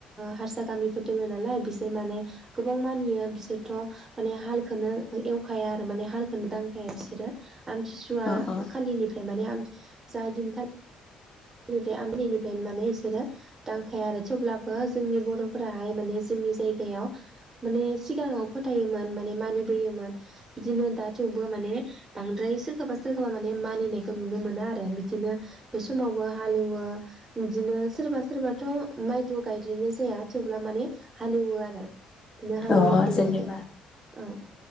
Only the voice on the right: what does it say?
हारसा गामिफोर दोङ नालाय ओ बिसोर माने गोबां मानियो बिसोरथ' माने हालखौनो एवखाया, आरो माने हालखोनो दां खाया बिसोरो आमथिसुवा
खालिनिफ्राय माने जा दिनखालि नैबे आमबिलिनिफ्राय माने बिसोरो दांखाया आरो थेवब्लाबो जोंनि बर'फोराहाय माने, जोंनि जायगायाव माने सिगाङाव फोथायोमोन, माने मानिबोयोमोन, बिदिनो दा थेवबो माने बांद्राय सोरखौबा सोरखौबा माने मानिनायखौ नुनो मोना आरो बिदिनो बै समावबो हालेवो। बिदिनो सोरबा सोरबाथ' माइथ' गायद्रायनाय जाया, थेवब्ला माने हालेवो आरो। बिदिनो हालेवनायखौ
नुयो औ।